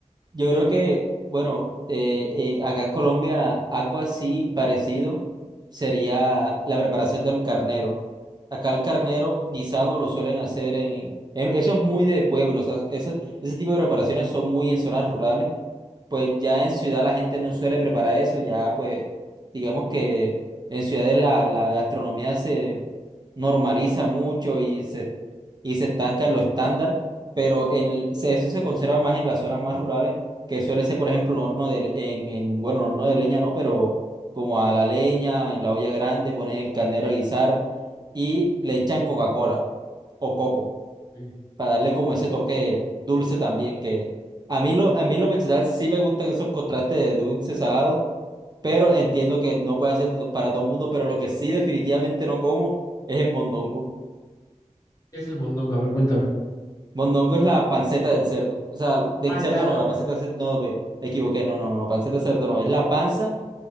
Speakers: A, on the right; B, on the left.
A: Yo
B: Sí,
A: creo
B: no.
A: que, bueno, eh, eh, acá en Colombia algo así parecido sería la preparación del carnero. Acá el carnero guisado lo suelen hacer en... en- Eso es muy de pueblo, o sea, eso- ese tipo de preparaciones son muy en zonas rurales pues ya en ciudad la gente no suele preparar eso, ya pues digamos que en ciudades la, la gastronomía se normaliza mucho y se, y se estanca en lo estándar, pero en, se- eso se conserva más en las zonas más rurales, que suele ser por ejemplo un horno de, le- en, en, bueno, horno de leña no, pero como a la leña, en la olla grande, poner el carnero a guisar y le echan Coca-Cola o coco
B: Ok.
A: para darle como ese toque dulce también que a mí lo, a mí en lo personal sí me gustan esos contrastes de dulce salado, pero
B: Ajá.
A: entiendo que no puede ser to- para todo el mundo, pero lo que sí definitivamente no como es en mondongo.
B: ¿Qué es el mondongo? A ver, cuéntame.
A: Mondongo es la panceta del cerdo, o sea, del
B: Ah, ya.
A: cerdo no, la panceta del cerdo, no, ve, me equivoqué, no, no, no, no, panceta del cerdo no, es la panza